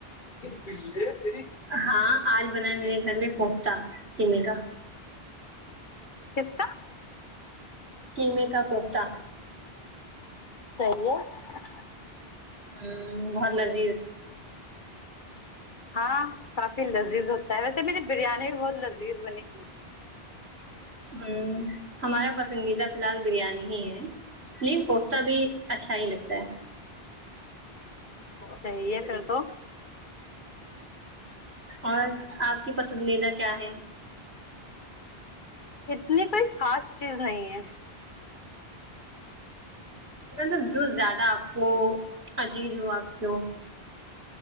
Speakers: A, on the left; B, on the right.
A: پےری
B: ہاں آج بناائے میرے گھر میں پوختتا قمے کا
A: کس کا
B: قمے کا کوتتا
A: صحیح ہے
B: ہوں بہت لازی
A: ہاں کافی لذیذ ہوتا ہے ویسے میں نے بریانی بھی بہت لذیذ بنی ت
B: ہوں ہمارا پسندیدہ فی الحال بریانی ہی ہے ین کوختتا بھی اچھا ہی لگتا ہے
A: صحیح ہے پھر تو
B: اور آپ کی پسندیدہ کیا ہے
A: اتنی کوئی خاص چیز نہیں ہے
B: مطلب جو زیادہ آپ کو عجیز ہو آپ کو